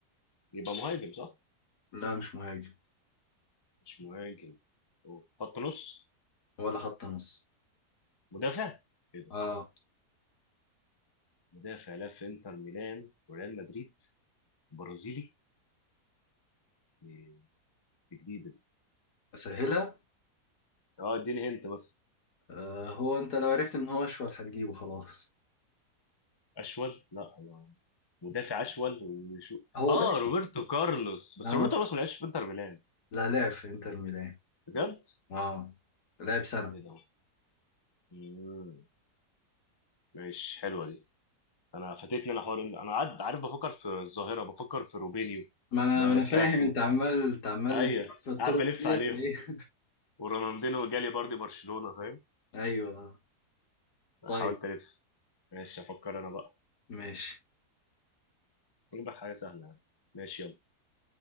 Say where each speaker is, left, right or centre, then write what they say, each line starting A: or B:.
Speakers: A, on the left; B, on the left.
A: يبقى مهاجم صح
B: لا مش مهاجم
A: مش مهاجم أوه. خط نص
B: ولا خط نص
A: مدافع كده
B: اه
A: مدافع لعب في انتر ميلان وريال مدريد برازيلي إيه، دي جديدة دي.
B: اسهلها
A: اه اديني هنت مثلا
B: آه هو انت لو عرفت ان هو اشول هتجيبه خلاص
A: اشول لا ما- مدافع اشول وشو
B: هو
A: اه
B: باقي
A: روبرتو كارلوس بس
B: آه.
A: روبرتو كارلوس ما لعبش في انتر ميلان
B: لا لعب في انتر ميلان
A: بجد
B: اه لعب سنة
A: ايه ده مم. ماشي حلوه دي انا فاتتني انا حوار إن- انا قاعد عارف بفكر في الظاهره بفكر في روبينيو
B: ما انا ما انا فاهم
A: كافو
B: انت عمال انت عمال
A: ايوه
B: في الطرق
A: قاعد بلف
B: ديت
A: عليهم
B: وايه
A: ورونالدينو جالي برضه برشلونه فاهم
B: <laughs> ايوه طيب
A: حاولت الف ماشي افكر انا بقى
B: ماشي
A: نجيب حاجه سهله يعني. ماشي يلا